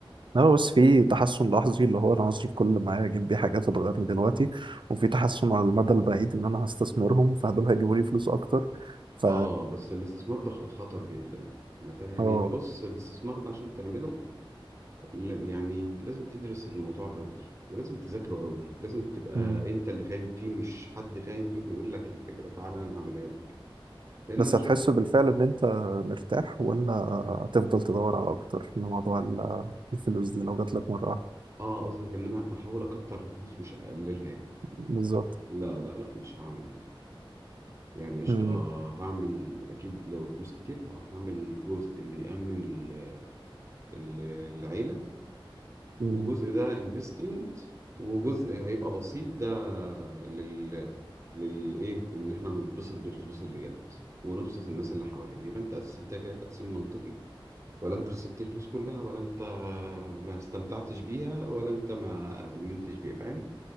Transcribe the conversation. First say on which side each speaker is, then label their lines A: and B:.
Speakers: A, on the right (about 60°); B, on the right (about 30°).
A: لا بس في تحسن لحظي اللي هو انا هصرف كل اللي معايا اجيب بيه حاجات هتغيرني دلوقتي وفي تحسن على المدى البعيد ان انا هستثمرهم فدول هيجيبوا لي فلوس اكتر ف
B: اه بس الاستثمار ده خ- خطر جدا أنا فاهم
A: اه
B: يعني بص الاستثمار ده عشان تعمله ل- يعني لازم تدرس الموضوع قوي ولازم تذاكره قوي لازم تبقى
A: مم.
B: انت اللي فاهم فيه مش حد فاهم فيه وبيقول لك الفكرة تعالى انا هعملها لك لان
A: بس
B: انا شفت
A: هتحس بالفعل ان انت مرتاح ولا هتفضل تدور على اكتر من موضوع ال- الفلوس دي لو جات لك مره واحده
B: اه قصدك ان انا احاول اكتر الفلوس مش اقللها يعني
A: بالظبط
B: لا لا لا مش هعمل كده يعني قشطة
A: مم.
B: هعمل اكيد لو الفلوس كتير هعمل جزء اللي يأمن ال- ال- العيلة
A: مم.
B: وجزء ده انفستمنت وجزء هيبقى بسيط ده لل للايه ان احنا نتبسط بالفلوس اللي جت ونبسط الناس اللي حوالينا يبقى انت قسمتها كده تقسيم منطقي ولا انت خسرت الفلوس كلها ولا انت ما استمتعتش بيها ولا انت ما امنتش بيها فاهم